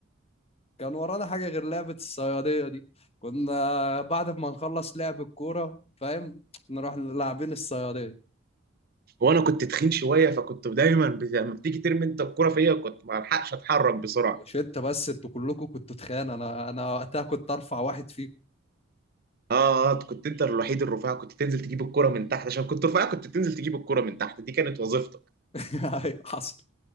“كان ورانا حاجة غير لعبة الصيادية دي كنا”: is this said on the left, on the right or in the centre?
Left